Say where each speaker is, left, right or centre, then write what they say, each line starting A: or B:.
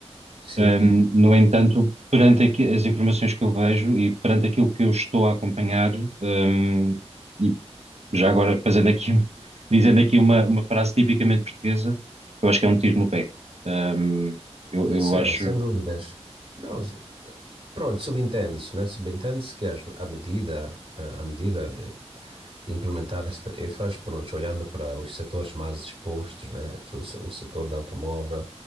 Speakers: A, on the right; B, on the right.
A: Sim,
B: Um, no entanto, perante aqui- as informações que eu vejo e perante aquilo que eu estou a acompanhar, um, e já agora fazendo aqui, <laughs> dizendo aqui uma, uma frase tipicamente portuguesa, eu acho que é um tiro no pé. Um, eu,
A: Eh,
B: eu
A: sem,
B: acho,
A: sem dúvidas. Não, s- pronto, subentende-se, né? Subentende-se que as- a medida, ah, a medida de, implementar as tarefas, pronto, olhando para os setores mais expostos, né? Tu- O setor do automóvel,